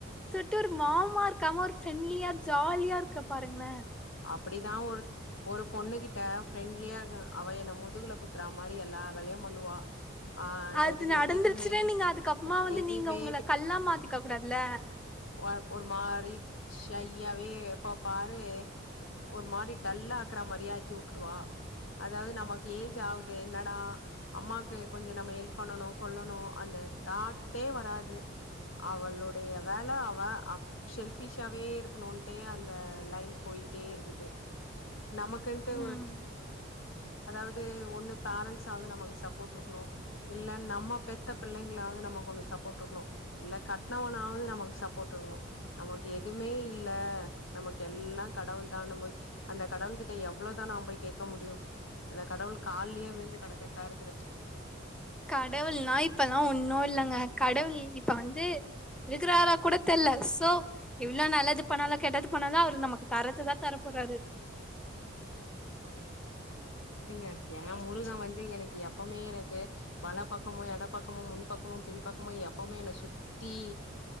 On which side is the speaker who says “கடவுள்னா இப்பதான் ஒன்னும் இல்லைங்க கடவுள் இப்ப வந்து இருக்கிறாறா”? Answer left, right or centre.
Centre